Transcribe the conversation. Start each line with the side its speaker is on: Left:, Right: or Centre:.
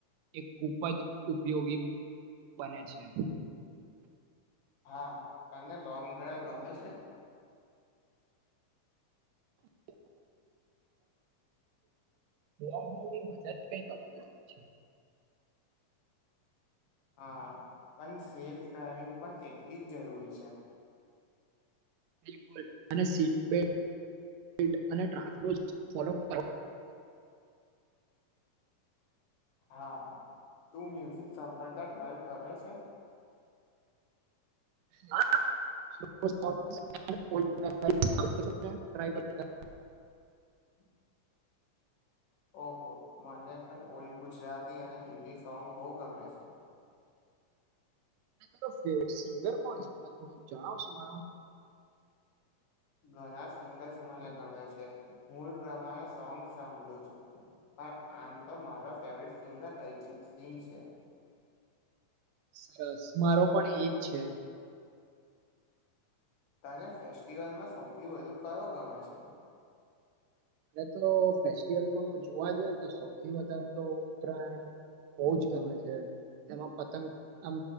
Right: એ ખુબ જ ઉપયોગી- બને છે
Left: હા તને લોંગ ડ્રાઈવ ગમે છે?
Right: <inaudible> લોકડાઉન ની વજન કઈક અલગ અલગ છે.
Left: <inaudible> હા, પણ સેફ ડ્રાઈવિંગ પણ એટલી જ જરૂરી છે.
Right: બિલકુલ અને સીટબેલ્ટ અને ટ્રાફ ફોલો <inaudible>
Left: હા, તું મ્યુઝિક સાભળતા ડ્રાઈવ કરે છે?
Right: હા. <inaudible>
Left: <inaudible> ઓહો, મને પણ ઓલ્ડ ગુજરાતી અને હિન્દી સોંગ બહુ ગમે છે.
Right: <inaudible> વટ સિંગર કોણ છે મને થોડું જણાવશો મારો?
Left: ઘણા સિંગર્સ મને ગમે છે. મૂળ પ્રમાણે સોંગ સાંભળું છું હું. પણ આમ તો મારો ફેવરેટ સિંગર અરિજીત સિંહ છે.
Right: સરસ મારો પણ એજ છે.
Left: તને ફેસ્ટિવલમાં સૌથી વધુ કયો ગમે છે?
Right: એટલે ફેસ્ટિવલમાં જોવા જઈએ ને તો સૌથી વધારે તો ઉત્તરાયણ બહું જ ગમે છે. તેમાં પતંગ આમ